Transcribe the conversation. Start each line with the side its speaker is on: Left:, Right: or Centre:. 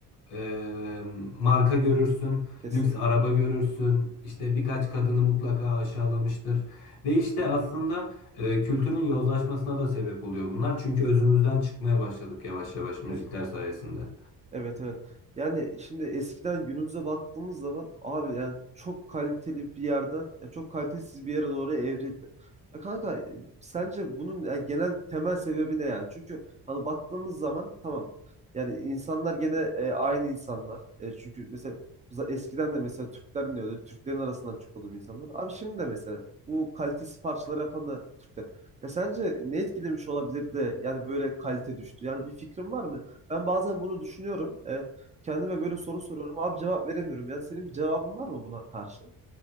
Left: e, marka görürsün,
Right: Kesinlikle.
Left: lüks araba görürsün, işte birkaç kadını mutlaka aşağılamıştır. Ve işte aslında e, kültürün yozlaşmasına da sebep oluyor bunlar. Çünkü özümüzden çıkmaya başladık yavaş yavaş müzikler
Right: Ya
Left: sayesinde.
Right: Evet evet. Yani şimdi eskiden günümüze baktığımız zaman abi yani çok kaliteli bir yerden ya çok kalitesiz bir yere doğru evrildi. Ya kanka e, sence bunun ya genel temel sebebi ne yani? Çünkü hani baktığımız zaman tamam yani insanlar gene e, aynı insanlar. E, çünkü mesela za- eskiden de mesela Türkler iniyordu. Türklerin arasından çıkıyordu bu insanlar. Abi şimdi de mesela bu kalitesiz parçalar yapan da Türkler. Ya sence ne etkilemiş olabilir de yani böyle kalite düştü? Yani bir fikrin var mı? Ben bazen bunu düşünüyorum. E, kendime böyle soru soruyorum. Abi cevap veremiyorum. Yani senin bir cevabın var mı buna karşı?